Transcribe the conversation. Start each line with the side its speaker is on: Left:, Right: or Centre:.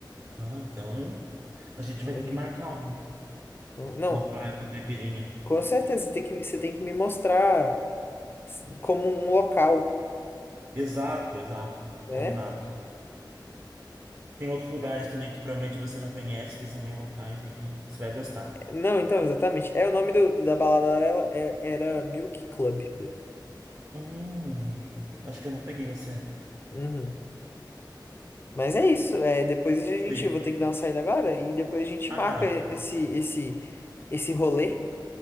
Right: Ah, então a gente vai
Left: adorei.
Right: ter que marcar um-
Left: Com- Não,
Right: uma praia com caipirinha.
Left: com certeza, você tem que, você tem que me mostrar como um local,
Right: Exato, exato.
Left: né?
Right: Combinado. Tem outros lugares também que provavelmente você não conhece, que são bem locais e que você vai gostar.
Left: Não, então, exatamente, é o nome do, da balada era, é- era Milk Club, mesmo.
Right: Hum, acho que eu não peguei essa época.
Left: Uhum. Mas é isso, é, depois a gente,
Right: Sim.
Left: eu vou ter que dar uma saída agora, e depois a gente
Right: Ah,
Left: marca
Right: tá.
Left: esse, esse, esse rolê.